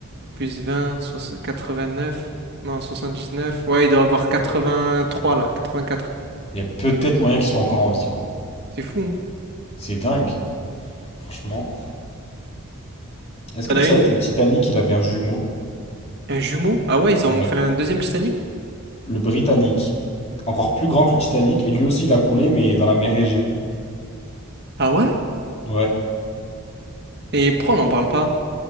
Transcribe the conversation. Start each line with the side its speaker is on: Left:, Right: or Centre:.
Right: plus 20, soix- neuf non 79 ouais il doit avoir 83 là, 84.
Left: Il y a peut-être moyen qu'il soit encore en vie, quoi.
Right: C'est fou, hein.
Left: C'est dingue, franchement. Est-ce
Right: T'en
Left: que tu
Right: as
Left: savais
Right: une?
Left: que le Titanic, il avait un jumeau?
Right: Un jumeau? Ah ouais, ils ont
Left: Ouais.
Right: fait un deuxième Titanic?
Left: Le Britannique. Encore plus grand que le Titanic, et lui aussi, il a coulé, mais dans la mer Égée.
Right: Ah ouais?
Left: Ouais.
Right: Et pourquoi on n'en parle pas?